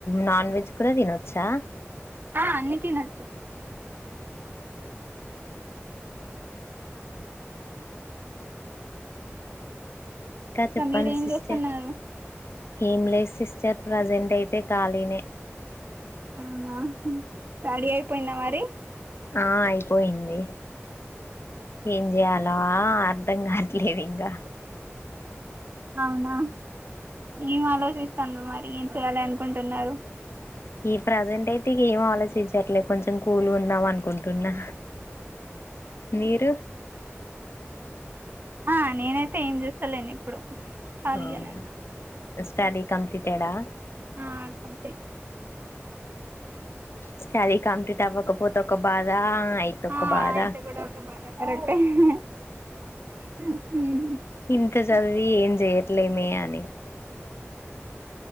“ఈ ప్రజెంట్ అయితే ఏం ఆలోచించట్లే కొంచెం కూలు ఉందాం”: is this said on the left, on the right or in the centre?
Left